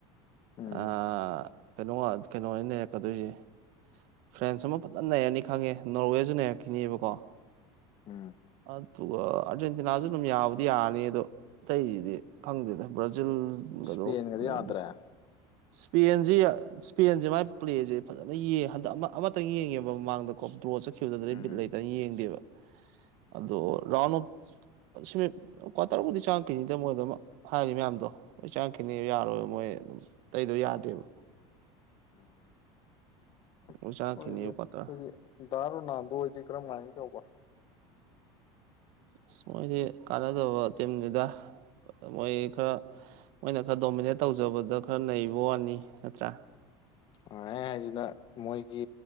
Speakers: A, on the left; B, on the right.
A: ꯎꯝ
B: ꯑꯥ ꯀꯩꯅꯣ ꯉꯥ ꯀꯩꯅꯣꯅꯤ ꯅꯩꯔꯛꯀꯗꯣꯏꯁꯦ ꯐ꯭ꯔꯦꯟꯁ ꯑꯃ ꯐꯖꯅ ꯅꯩꯔꯅꯤ ꯈꯪꯉꯦ ꯅꯣꯔꯋꯦꯁꯨ ꯅꯩꯔꯛꯈꯤꯅꯤꯕꯀꯣ
A: ꯎꯝ
B: ꯑꯗꯨꯒ ꯑꯥꯔꯖꯦꯟꯇꯤꯅꯥꯁꯨ ꯑꯗꯨꯝ ꯌꯥꯕꯨꯗꯤ ꯌꯥꯔꯅꯤ ꯑꯗꯣ ꯑꯇꯩꯁꯤꯗꯤ ꯈꯪꯗꯦꯗ ꯖꯤꯜꯒꯗꯣ
A: ꯏꯁꯄꯦꯟꯒꯗꯤ
B: ꯑꯗꯩꯗꯤ
A: ꯌꯥꯗ꯭ꯔꯦ
B: ꯄꯦꯟꯖꯦ ꯁ꯭ꯄꯦꯟꯁꯤ ꯃꯥꯏ ꯄ꯭ꯂꯦꯁꯦ ꯐꯖꯅ ꯌꯦꯡ ꯍꯟ ꯑꯥ ꯑꯃ ꯑꯃꯇꯪ ꯌꯦꯡꯉꯦꯕ ꯃꯃꯥꯡꯗꯀꯣ ꯗ꯭ꯔꯣ ꯆꯠꯈꯤꯕꯗꯨꯗꯩ
A: ꯎꯝ
B: ꯕꯤꯠ ꯂꯩꯇꯗꯅ ꯌꯦꯡꯗꯦꯕ ꯑꯗꯣ ꯔꯥꯎꯟꯑꯣꯞ ꯁꯤꯃꯤ ꯀ꯭ꯋꯥꯇꯔꯕꯨꯗꯤ ꯆꯥꯉꯛꯈꯤꯅꯤꯗ ꯃꯣꯏ ꯗꯨꯝ ꯍꯥꯏꯔꯤ ꯃꯌꯥꯝꯗꯣ ꯂꯣꯏ ꯆꯥꯉꯛꯈꯤꯅꯤ ꯌꯥꯔꯣꯏꯕ ꯃꯣꯏ ꯑꯦ ꯗꯨꯝ ꯇꯩꯗꯣ ꯌꯥꯗꯦꯕ
A: ꯎꯝ ꯑꯣꯏꯗꯤ
B: ꯂꯣꯏ ꯆꯪꯉꯛꯈꯤꯅꯤ
A: ꯑꯩꯈꯣꯏꯒꯤ
B: ꯀ꯭ꯋꯥꯇꯔ
A: ꯗꯥ ꯔꯣꯅꯥꯜꯗꯣ ꯍꯣꯏꯗꯤ ꯀꯔꯝꯍꯥꯏꯅ ꯇꯧꯕ
B: ꯑꯁ ꯃꯣꯏꯗꯤ ꯀꯥꯟꯅꯗꯕ ꯇꯤꯝꯅꯤꯗ ꯃꯣꯏ ꯈꯔ ꯃꯣꯏꯅ ꯈꯔ ꯗꯣꯃꯤꯅꯦꯠ ꯇꯧꯖꯕꯗ ꯈꯔ ꯅꯩꯕ ꯋꯥꯅꯤ ꯅꯠꯇ꯭ꯔꯥ
A: ꯥꯑꯥ ꯑꯩ ꯍꯥꯏꯁꯤꯅ ꯃꯣꯏꯒꯤ